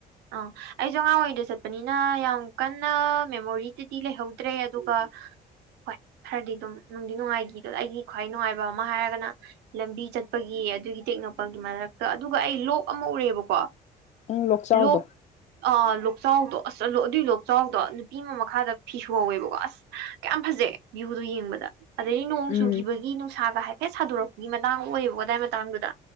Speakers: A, on the right; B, on the left.
A: ꯑꯥ ꯑꯩꯁꯨ ꯑꯉꯥꯡ ꯑꯣꯏꯔꯤꯗ ꯆꯠ ꯆꯠꯄꯅꯤꯅ ꯌꯥꯝ ꯀꯟꯅ ꯃꯦꯃꯣꯔꯤꯗꯗꯤ ꯂꯩꯍꯧꯗ꯭ꯔꯦ ꯑꯗꯨꯒ ꯍꯣꯏ ꯈꯔꯗꯤ ꯑꯗꯨꯝ ꯅꯨꯡꯗꯤ ꯅꯨꯡꯉꯥꯏꯒꯤꯗ ꯑꯩꯒꯤ ꯈ꯭ꯋꯥꯏ ꯅꯨꯡꯉꯥꯏꯕ ꯑꯃ ꯍꯥꯏꯔꯒꯅ ꯂꯝꯕꯤ ꯆꯠꯄꯒꯤ ꯑꯗꯨꯒꯤ ꯇꯦꯛꯅꯧꯄꯜꯒꯤ ꯃꯔꯛꯇ ꯑꯗꯨꯒ ꯑꯩ ꯂꯣꯛ ꯑꯃ ꯎꯔꯦꯕꯀꯣ
B: ꯎꯪ ꯂꯣꯛꯆꯥꯎꯗꯣ
A: ꯂꯣꯛ ꯑ ꯂꯣꯛꯆꯥꯎꯗꯣ ꯑꯁꯂꯣ ꯑꯗꯨꯏ ꯂꯣꯛꯆꯥꯎꯗꯣ ꯅꯨꯄꯤ ꯑꯃ ꯃꯈꯥꯗ ꯐꯤꯁꯨꯍꯧꯋꯦꯕꯀꯣ ꯑꯁ ꯀꯌꯥꯝ ꯐꯖꯩ ꯚ꯭ꯌꯨꯗꯣ ꯌꯦꯡꯕꯗ ꯑꯗꯩ ꯅꯣꯡ
B: ꯎꯝ
A: ꯆꯨꯈꯤꯕꯒꯤ ꯅꯨꯡꯁꯥꯒ ꯍꯥꯏ ꯍꯦ ꯁꯥꯥꯗꯣꯔꯛꯄꯒꯤ ꯃꯇꯥꯡ ꯑꯣꯏꯌꯦꯕ ꯑꯗꯥꯏ ꯃꯇꯥꯡꯗꯨꯗ